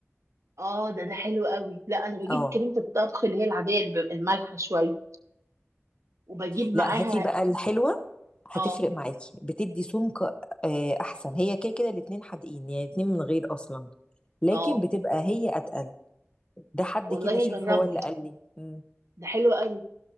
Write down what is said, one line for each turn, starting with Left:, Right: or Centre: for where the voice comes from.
Right: اه ده ده حلو قوي لا أنا بجيب
Left: اه
Right: كريمة الطبخ اللي هي العادية الب- المالحة شوية وبجيب
Left: لا
Right: معاها
Left: هاتي بقى الحلوة هتفرق
Right: اه
Left: معاكي بتدي سمك آه، احسن هي كده كده الاتنين حادقين يعني الاتنين من غير اصلا لكن
Right: اه
Left: بتبقى هي اتقل ده حد
Right: والله
Left: كده شاف
Right: أجربها
Left: هو اللي قال لي مم.
Right: ده حلو قوي